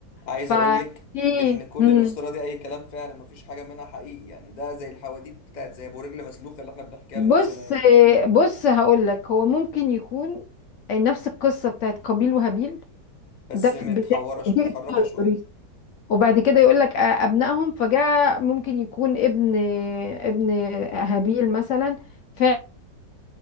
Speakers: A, on the left; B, on the left.
A: عايز
B: ففي
A: اقول لك ان كل
B: مم.
A: الاسطوره دي اي كلام فعلا مفيش حاجه منها حقيقي يعني ده زي الحواديت بتاعت زي ابو رجل مسلوخه اللي احنا بنحكيها
B: بص
A: لنفسنا هنا
B: بص هقول لك هو ممكن يكون نفس القصه بتاعت قابيل وهابيل
A: بس
B: ده في
A: متحورش
B: بدايه
A: متحرفه
B: التوريث
A: شويه
B: وبعد كده يقول لك ابنائهم فجاء ممكن يكون ابن ابن هابيل مثلا فعل